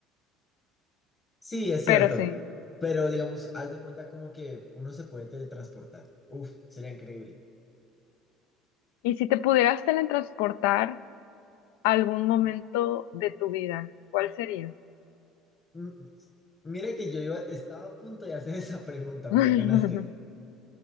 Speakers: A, on the left; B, on the left.
A: Sí, es cierto.
B: pero sí.
A: Pero digamos, haz de cuenta como que uno se puede teletransportar. Uf, sería increíble.
B: Y si te pudieras teletransportar a algún momento de tu vida, ¿cuál sería?
A: Mm, Mira que yo iba- estaba a punto de hacer <laughs> esa pregunta,
B: <laughs>
A: me la ganaste.